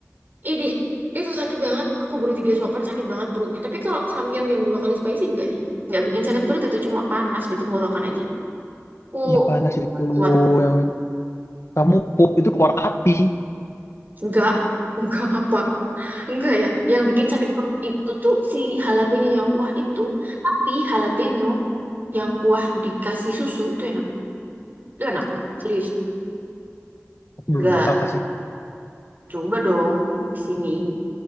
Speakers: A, on the right (about 40°); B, on the left (about 65°).
A: idih itu sakit banget aku baru tiga suapan sakit banget perutnya tapi kalau samyang yang dua kali spicy enggak sih nggak bikin sakit perut itu cuma panas di tenggorokan aja aku
B: Iya panas itu
A: kuat
B: yang kamu pup itu keluar api.
A: enggak enggak apa Enggak ya, yang bikin sakit perut itu tuh si jalapeño yang kuah itu, tapi jalapeño yang kuah dikasih susu itu enak. Itu enak, serius.
B: Aku belum
A: Enggak,
B: coba sih.
A: coba dong di sini.